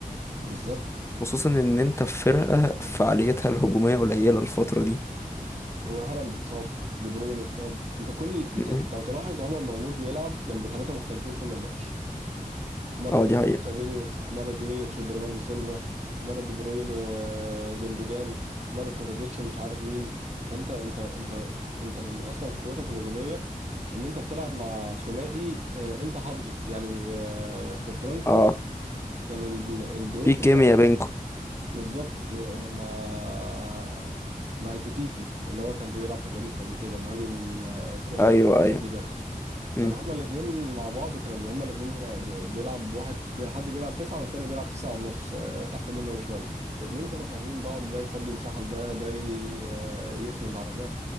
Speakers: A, on the right; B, on the left.
A: بالظبط
B: خصوصا ان انت في فرقة فعاليتها الهجومية قليلة الفترة دي
A: وهالاند اتصاب دي بروين اتصاب انت كل انت
B: مم.
A: لو تلاحظ عمر مرموش بيلعب جنب ثلاثة مختلفين كل ماتش مرة
B: اه دي حقيقة
A: سابينيو مرة جريليتش وبرناردو سيلفا مرة دي بروين وجوندوجان مرة كوفازيتش ومش عارف مين فانت انت انت انت اصلا قوتك الهجومية ان انت بتلعب مع ثنائي آه، انت حافظه يعني آه، في فرانكفورت
B: اه
A: كان ال- الدويتو
B: في كيمياء
A: بتاعه
B: بينكم
A: بالظبط و- آه، مع مع كيتيكي اللي هو كان بيلعب في باريس قبل كده مهاجم آه، كويس
B: ايوه ايوه
A: كده
B: امم
A: كان هما الاتنين مع بعض كانوا بي- هما الاتنين بيلعب, بيلعب واحد حد بيلعب تسعة والتاني بيلعب تسعة ونص آه، تحت منه بشوية الاتنين كانوا فاهمين بعض ده يفضي مساحة لده ده ي- آه، يسند على ده